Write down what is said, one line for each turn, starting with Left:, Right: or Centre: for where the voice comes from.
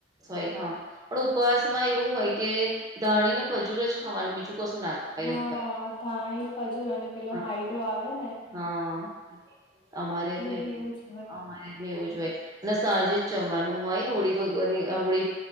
Right: હોય હા પણ ઉપવાસમાં એવું હોય કે ધાણી ને ખજૂર જ ખાવાનું. બીજું કશું ના ખાવાય
Left: હા
Right: એવું હોય
Left: ધાણી, ખજૂર અને પેલો
Right: હા
Left: હાઈડો આવેને
Right: હા અમારે મેં
Left: બી એવું જ હોય
Right: અમાર એવું જ હોય અને સાંજે જ જમવાનું હોય હોળી ભગની હોળી